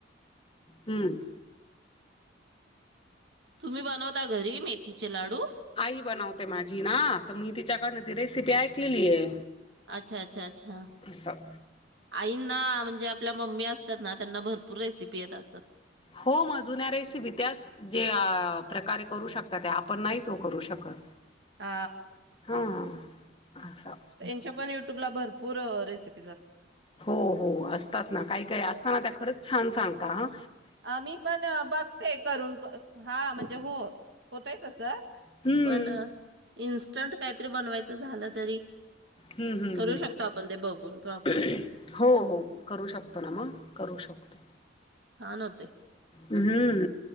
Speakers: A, on the left (about 25°); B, on the right (about 65°).
A: हुं.
B: तुम्ही बनवता घरी मेथीचे लाडू?
A: आई बनवते माझी ना त मी तिच्याकडनं ती रेसिपी ऐकलेली आहे.
B: अच्छा, अच्छा अच्छा
A: आसं
B: आईंना म्हणजे आपल्या मम्मी असतात ना त्यांना भरपूर रेसिपी येत असतात.
A: हो मग जुन्या रेसिपी त्याच जे प्रकारे करू शकतात त्या आपण नाहीच करू शकत.
B: हा.
A: हा असं
B: त्यांच्या पण युट्यूबला भरपूर <unintelligible>
A: हो, हो आसतात ना काही काही असताना त्या खरच छान सांगता हं
B: आ मी पण बघते करून हा म्हणजे हो होतय तसं
A: हम्म
B: पण इनस संट कायतरी बनवायचं झालं तरी
A: हुं, हुं,
B: करू
A: हुं
B: शकतो आपण ते बघून प्रॉपर
A: हो हो करू शकतो ना मग करू शकतो.
B: छान होतय.
A: हुं.